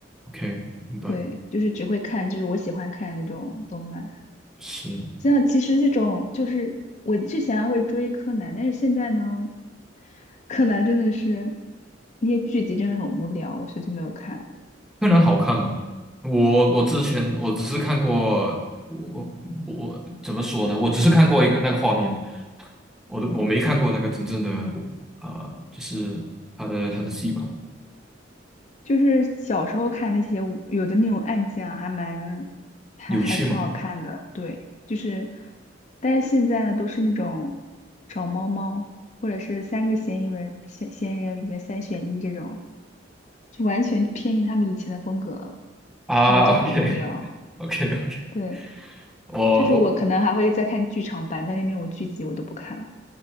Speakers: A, in the centre; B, on the left (about 40°).
A: OK，明白，
B: 对，就是只会看，就是我喜欢看那种动漫。
A: 是。
B: 像其实这种就是我之前还会追柯南，但是现在呢，柯南真的是那些剧集真的很无聊，我所以就没有看了。
A: 柯南好看吗？我我之前我只是看过，我我怎么说呢？我只是看过一个那个画面，我都我没看过那个真正的啊、呃就是他的他的戏吧？
B: 就是小时候看那些有的那种案件啊，还蛮还还挺好看的。
A: 有趣吗？
B: 对，就是，但是现在呢，都是那种找猫猫，或者是三个嫌疑人嫌嫌疑人里面三选一这种，就完全偏离他们以前的风格了，
A: 啊，OK
B: 然后就很无聊。
A: OK，OK
B: 对，
A: <laughs> 我我
B: 就是我可能还会再看剧场版，但是那种剧集我都不看了。